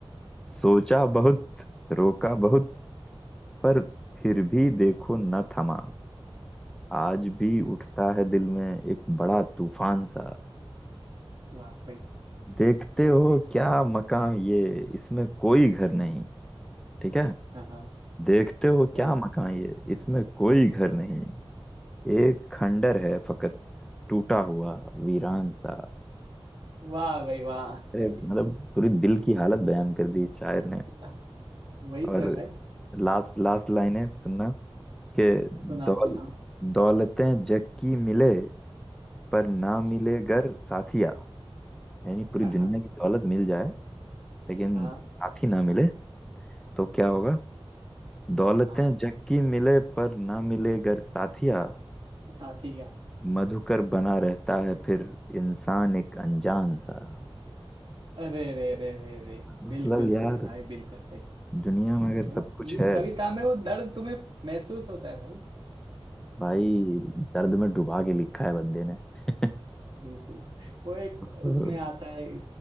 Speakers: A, in the centre; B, on the right (about 55°).
A: सोचा बहुत रोका बहुत पर फिर भी देखो न थमा आज भी उठता है दिल में एक बड़ा तूफान सा
B: वाह भाई
A: देखते हो क्या मकाम ये इसमें कोई घर नहीं ठीक है
B: हाँ हाँ
A: देखते हो
B: सही
A: क्या मकान
B: है।
A: ये इसमें कोई घर नहीं एक खंडर है फकत टूटा हुआ वीरान सा
B: वाह भाई वाह
A: अरे
B: सही
A: मतलब
B: है
A: पूरी दिल की हालत बयान कर दी इस शायर ने
B: आह, वही
A: और
B: तो है भाई
A: लास्ट लास्ट लाइन है सुनना के
B: सुनाओ
A: दौल
B: सुनाओ
A: दौलतें जग की मिले पर ना
B: अच्छा
A: मिले घर साथिया यानी पूरी
B: हाँ
A: दुनिया
B: हाँ
A: की दौलत मिल जाए लेकिन
B: हाँ
A: साथी ना मिले तो क्या होगा
B: हाँ
A: दौलतें
B: हाँ,
A: जग की मिले पर ना मिले घर साथिया
B: साथी का
A: मधुकर बना रहता है फिर इंसान एक अनजान सा
B: अरे अरे अरे अरे अरे
A: मतलब
B: बिल्कुल
A: यार
B: सही भाई बिल्कुल सही
A: दुनिया में अगर
B: मतलब
A: सब कुछ
B: ये
A: है
B: कविता में वो दर्द तुम्हें महसूस होता है भाई
A: भाई दर्द में डुबा के लिखा है बंदे ने <laughs>
B: बिल्कुल वो एक
A: हम्म
B: उसमें आता है